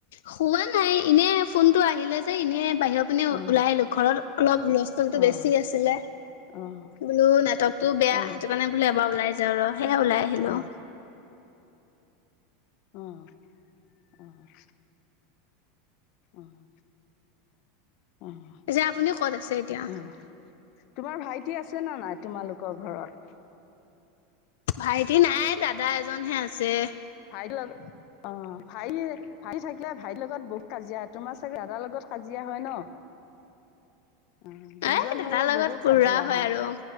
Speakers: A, on the left; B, on the left.
A: শুৱা নাই, এনে, ফোনটো আহিলে যে এনে বাহিৰৰ পিনে
B: অঁ
A: ওলাই আহিলোঁ, ঘৰত অলপ হুলস্থোলটো
B: অঁ
A: বেছি আছিলে,
B: অঁ
A: বোলো নেটৱৰ্ক টোও বেয়া,
B: অঁ
A: সেইটো কাৰণে বোলো এবাৰ ওলাই যাওঁ। ৰহ! সেয়ে ওলাই আহিলো‌ঁ
B: অঁ
A: আও।
B: অহ অহ! অহ! অহ
A: পিছে আপুনি ক'ত আছে এতিয়া
B: অহ, তোমাৰ ভাইটি আছে? আছে না নাই তোমালোকৰ ঘৰত?
A: ভাইটি নাই দাদা এজনহে আছে।
B: ভাই লগত, অ ভাই ভাই থাকিলে ভাইৰ লগত বহুত কাজিয়া, তোমাৰ চাগে দাদাৰ লগত কাজিয়া হয় ন। অ, দুজন
A: এ দাদাৰ
B: হলে
A: লগত
B: বহুত
A: পুৰা
B: কাজিয়া হয়।
A: আৰু